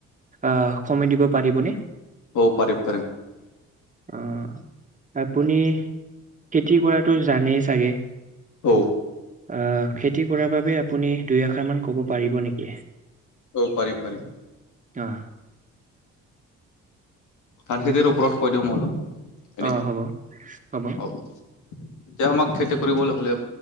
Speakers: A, on the right; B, on the left.
A: আহ সময় দিব পাৰিবনে?
B: অ পাৰিম পাৰিম।
A: অ আপুনি খেতি কৰাটো জানেই চাগে।
B: অ।
A: আহ খেতি কৰাৰ বাবে আপুনি দুইআষাৰ মান ক'ব পাৰিব নেকি?
B: অ পাৰিম পাৰিম।
A: আহ
B: ধান খেতিৰ ওপৰত কৈ দিওঁ মই অলপ। এনে
A: অ হ'ব হ'ব
B: অ এতিয়া আমাক খেতি কৰিবলৈ হ'লে